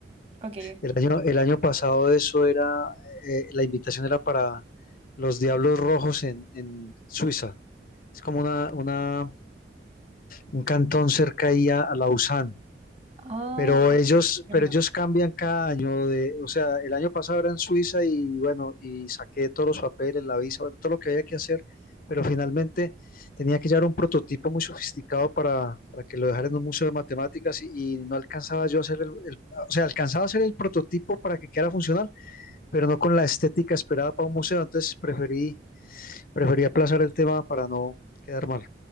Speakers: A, on the right (about 35°); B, on the left (about 50°).
A: Ok, ok.
B: El año, el año pasado eso era, eh, la invitación era para los Diablos Rojos en, en Suiza. Es como una, una, un cantón cerca ahí a, a Lausanne.
A: Ah,
B: Pero ellos,
A: entiendo.
B: pero ellos cambian cada año de, o sea, el año pasado era en Suiza y bueno, y saqué todos los papeles, la visa, bueno, todo lo que había que hacer, pero finalmente tenía que llevar un prototipo muy sofisticado para, para que lo dejara en un museo de matemáticas y, y no alcanzaba yo a hacer el, el- o sea, alcanzaba a hacer el prototipo para que quedara funcional, pero no con la estética esperada para un museo, entonces preferí, preferí aplazar el tema para no quedar mal.